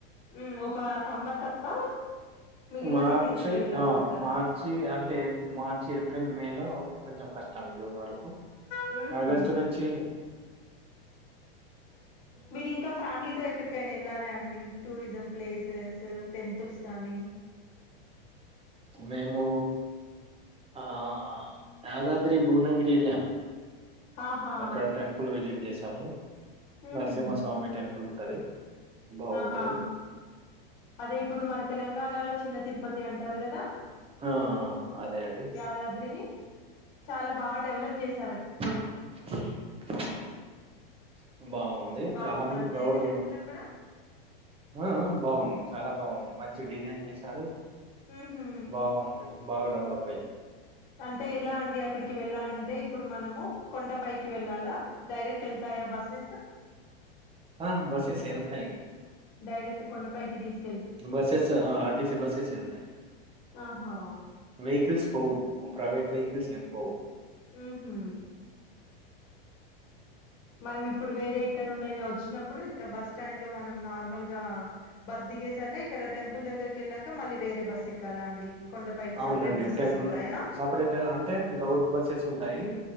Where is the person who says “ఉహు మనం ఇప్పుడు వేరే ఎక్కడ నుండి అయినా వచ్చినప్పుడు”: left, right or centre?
Left